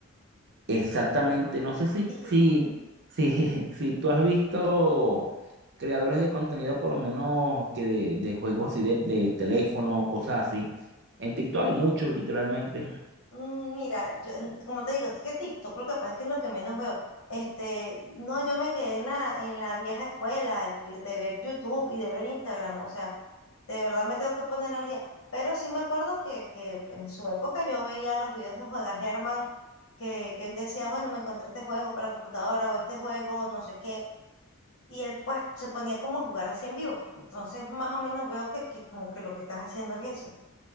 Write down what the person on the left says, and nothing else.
<laughs>
Mm, Mira, yo, n- como te digo, es que TikTok lo que pasa es que es lo que menos veo. Este, no, yo me quedé en la, en la vieja escuela de ver YouTube y de ver Instagram, o sea, de verdad me tengo que poner al día. Pero sí me acuerdo que, que en su época yo veía los videos de Juega Germán, que, que él decía, bueno, me encontré este juego para computadora o este juego, no sé qué, y él pues se ponía como a jugar así en vivo. Entonces, más o menos veo que, que como que lo que estás haciendo es eso.